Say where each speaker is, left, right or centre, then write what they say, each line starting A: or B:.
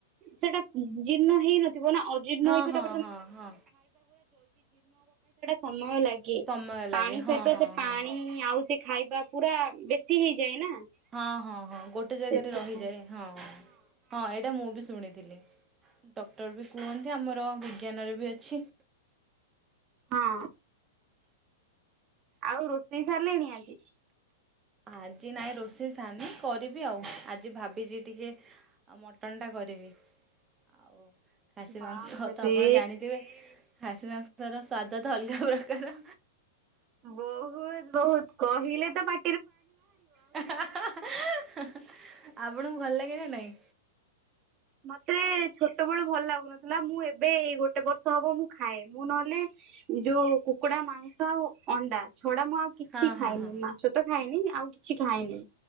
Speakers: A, on the right; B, on the right.
A: ସେଟା ଜୀର୍ଣ ହେଇନଥିବ ନା ଜୀର୍ଣ୍ଣ
B: ହଁ
A: ହେଇଥିବ
B: ହଁ ହଁ ହଁ।
A: ସମୟ ଲାଗେ
B: ସମୟ ଲାଗେ
A: ପାଣି
B: ହଁ
A: ସହିତ
B: ହଁ
A: ସେ ପାଣି
B: ହଁ
A: ଆଉ ସେ ଖାଇବା ପୁରା ବେଶୀ ହେଇଯାଏ ନା
B: ହଁ ହଁ ହଁ ଗୋଟେ ଜାଗାରେ
A: ସେଥିପାଇଁ।
B: ରହିଯାଏ ହଁ ହଁ ଏଇଟା ମୁଁ ବି ଶୁଣିଥିଲି ଡକ୍ଟର ବି କୁହନ୍ତି ଆମର ବିଜ୍ଞାନରେ ବି ଅଛି।
A: ହଁ। ଆଉ ରୋଷେଇ ସାରିଲେଣି ଆଜି?
B: ଆଜି ନାଇଁ ରୋଷେଇ ସାରନି କରିବି ଆଉ ଆଜି ଭାବିଛି ଟିକେ ମଟନ୍ ଟା କରିବି ଆଉ ଖାସୀ
A: ବାପରେ
B: ମାଂସ ତ ଆପଣ ଜାଣିଥିବେ ଖାସି ମାଂସର ସ୍ଵାଦ ତ ଅଲଗା ପ୍ରକାର
A: ବହୁତ ବହୁତ କହିଲେ ତ ପା
B: ହା ହା ହା ହା ହା ଆପଣଙ୍କୁ ଭଲ ଲାଗେ ନା ନାଇଁ?
A: ମତେ ଛୋଟ ବେଳୁ ଭଲ ଲାଗୁନଥିଲା ମୁଁ ଏବେ ଏଇ ଗୋଟେ ବର୍ଷ ହବ ମୁଁ ଖାଏ ମୁଁ ନହେଲେ ଯୋଉଁ କୁକୁଡା ମାଂସ ଆଉ ଅଣ୍ଡା। ଛଡା ମୁଁ ଆଉ କିଛି
B: ହଁ
A: ଖାଇନି
B: ହଁ ହଁ
A: ମାଛ ତ ଖାଇନି ଆଉ କିଛି ଖାଇନି